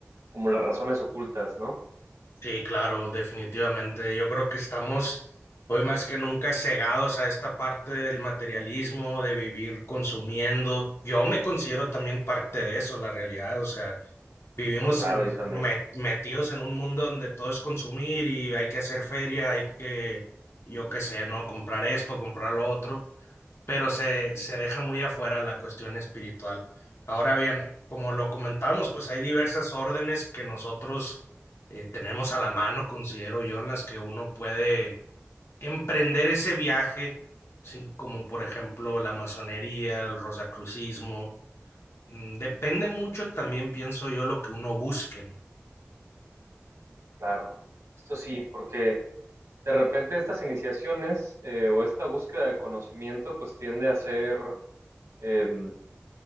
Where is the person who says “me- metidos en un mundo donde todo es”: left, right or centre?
Left